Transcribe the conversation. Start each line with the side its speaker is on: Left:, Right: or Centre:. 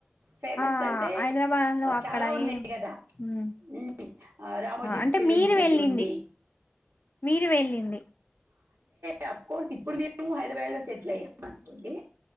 Right: ఫేమస్
Left: ఆ
Right: అంటే
Left: హైదరాబాద్ లో అక్కడ
Right: చాలా ఉన్నాయ్
Left: ఏం
Right: గదా
Left: ఉమ్,
Right: ఉహ్మ్ ఆ రామోజీ
Left: అంటే
Right: ఫిలిం
Left: మీరు
Right: సిటీ
Left: వెళ్ళింది
Right: ఉంది.
Left: మీరు వెళ్ళింది.
Right: తాప్ కోర్స్ ఇప్పుడు మేము హైద్రాబాద్ లో సెట్లైమ్ అనుకోండి.